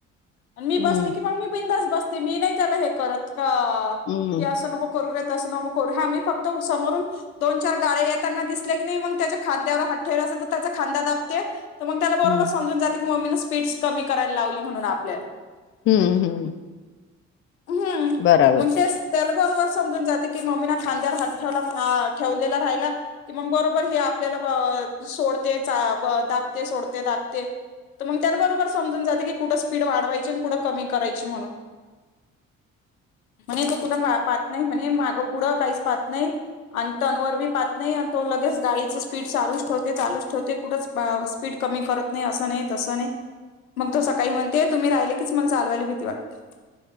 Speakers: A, on the left (about 85°); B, on the left (about 30°).
A: आणि मी
B: हम्म
A: बसले की मग मी बिंदाच बसते मी नाही त्याला हे करत का
B: हम्म
A: की असं नको करू फक्त समोरून दोन चार गाळे येताना दिसले की नाही मग त्याच्या खांद्यावर हात ठेव त्याचा खांदा दापते तर मग त्याला बरोबरमजून
B: हम्म
A: जाते की मम्मीनं स्पीडस कराला लावली म्हणून आपल्याला
B: हम्म हम्म
A: हम्म
B: बराबर.
A: म्हजच त्याला बरोबर समजून जाते की मम्मी ना खांद्यावर हात ठेवला ठेवलेला राहिला कि मग बरोबर हे आपल्याला सोडते दापते सोडते दापते तर मग त्याला बरोबर समजून जाते की कुठं स्पीड वाढवायची आणि कुठं कमी करायची म्हणून म्हणे तो कठ पाहात नाही म्हणे मागं पुढं काहीच पाहत नाही आणि तनवर बी पाहत नाही आणि तो लगेच गाडीच स्पीड चालूच ठेवते चालूच ठेवते कुठच स्पीड कमी करत नाही असं नाही तसं नाही मग तो सकाळी म्हणते तुम्ही राहिले कीच मला चालवायला भीती वाटते